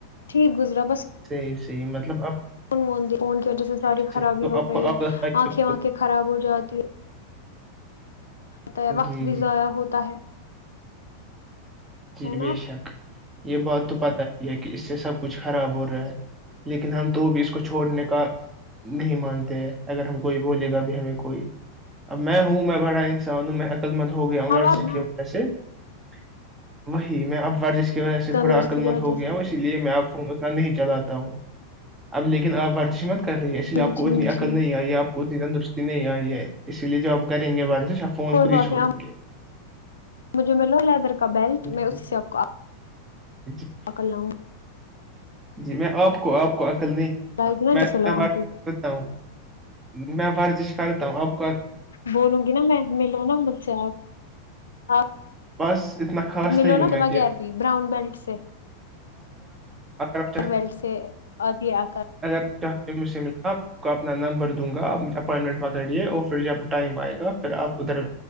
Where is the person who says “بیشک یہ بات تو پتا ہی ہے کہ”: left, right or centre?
Right